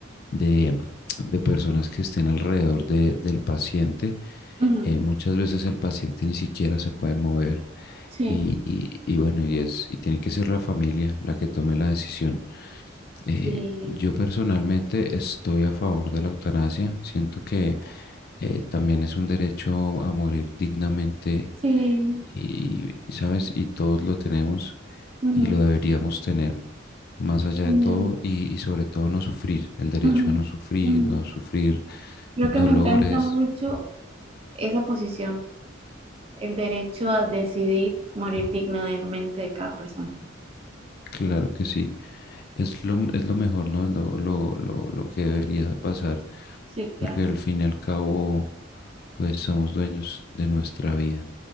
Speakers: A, on the left (about 50°); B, on the right (about 30°).
A: de, de personas que estén alrededor de- del paciente.
B: ujú,
A: Eh, muchas veces el paciente ni siquiera se puede mover
B: Sí,
A: y, y- y bueno, y es, y tiene que ser la familia la que tome la decisión. Eh,
B: Sí,
A: yo personalmente estoy a favor de la eutanasia. Siento que eh, también es un derecho a morir dignamente
B: sí.
A: y, ¿sabes? Y todos lo tenemos
B: ujú,
A: y lo deberíamos tener, más allá
B: me-
A: de todo y, y sobre todo no sufrir, el derecho
B: ujú,
A: a no sufrir,
B: ujú.
A: no sufrir
B: Creo que
A: dolores,
B: me encanta mucho esa posición, el derecho a decidir morir dignamente de cada persona.
A: Claro que sí. Es lo, es lo mejor, ¿no? Es lo, lo, lo, lo que debería pasar,
B: Sí, claro.
A: porque al fin y al cabo, pues somos dueños de nuestra vida.